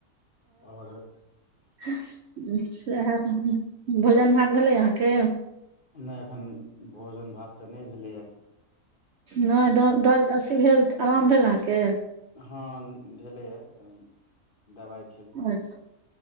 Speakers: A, on the left; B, on the right.
A: औरऽ
B: <unintelligible> सैह। <unintelligible> भोजन भात भेलै अहाँके?
A: नय एख्खन भोजन भात तऽ नय भेलैयैऽ।
B: नय <unintelligible> अथी भेल? अराम भेल अहाँके?
A: हँ <unintelligible> भेलैयैऽ कनी, दवाइ
B: अच्-